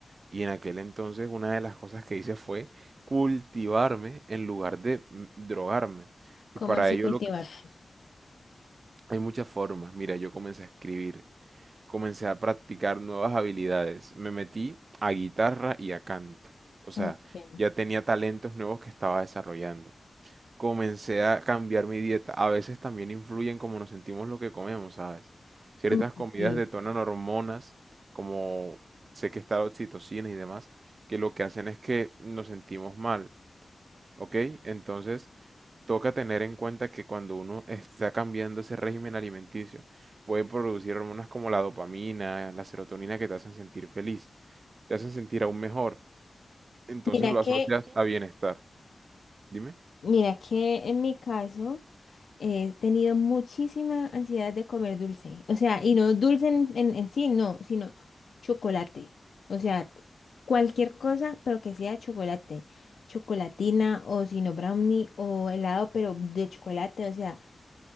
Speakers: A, on the right; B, on the left.
A: y en aquel entonces una de las cosas que hice fue cultivarme en lugar de mm, drogarme.
B: ¿Cómo
A: Y para
B: así
A: ello
B: cultivarse?
A: lo que... hay muchas formas. Mira, yo comencé a escribir, comencé a practicar nuevas habilidades, me metí a guitarra y a canto. O sea,
B: Ok.
A: ya tenía talentos nuevos que estaba desarrollando comencé a cambiar mi dieta. A veces también influyen cómo nos sentimos lo que comemos, ¿sabes? Ciertas
B: Uy,
A: comidas
B: sí.
A: detonan hormonas, como sé que está la oxitocina y demás, que lo que hacen es que nos sentimos mal, ¿ok? Entonces, toca tener en cuenta que cuando uno está cambiando ese régimen alimenticio, puede producir hormonas como la dopamina, la serotonina que te hacen sentir feliz, te hacen sentir aún mejor. Entonces
B: Mira
A: lo
B: que
A: asocias a bienestar. Dime.
B: Mira que en mi caso he tenido muchísima ansiedad de comer dulce. O sea, y no dulce en, en- en sí, no, sino chocolate. O sea, cualquier cosa, pero que sea chocolate. Chocolatina o sino brownie o helado, pero de chocolate. O sea,